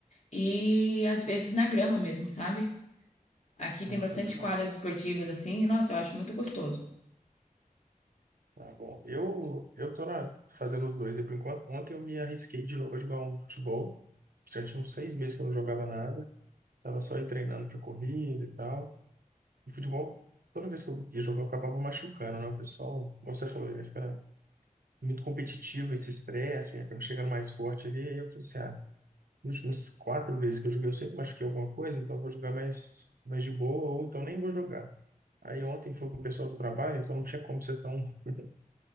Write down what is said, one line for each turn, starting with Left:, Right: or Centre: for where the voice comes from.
Left: E às vezes na grama mesmo, sabe? Aqui tem
Right: Ah,
Left: bastante
Right: bom demais.
Left: quadras esportivas assim, e nossa, eu acho muito gostoso.
Right: Tá bom. Eu eu tô na- fazendo os dois aí por enquanto. Ontem eu me arrisquei de novo a jogar um futebol. Já tinha uns seis meses que eu não jogava nada. Tava só aí treinando pra corrida e tal. E futebol, toda vez que eu ia jogar, eu acabava machucando, né? O pessoal, como você falou, né? Fica muito competitivo, esse estresse, aí acaba chegando mais forte ali. Aí eu falei assim, ah, nas últimas quatro vezes que eu joguei, eu sempre machuquei alguma coisa, então eu vou jogar mais, mais de boa, ou então nem vou jogar. Aí ontem foi com o pessoal do trabalho, então não tinha como ser tão. <laughs>